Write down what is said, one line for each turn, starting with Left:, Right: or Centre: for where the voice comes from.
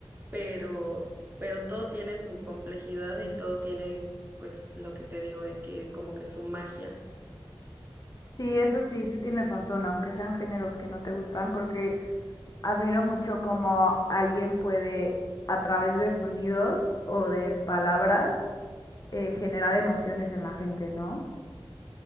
Right: pero, pero todo tiene su complejidad y todo tiene, pues, lo que te digo de que como que su magia.
Left: Sí, eso sí, sí tienes razón, aunque sean géneros que no te gustan, creo que admiro mucho cómo alguien puede, a través de sonidos o de palabras, eh, generar emociones en la gente, ¿no?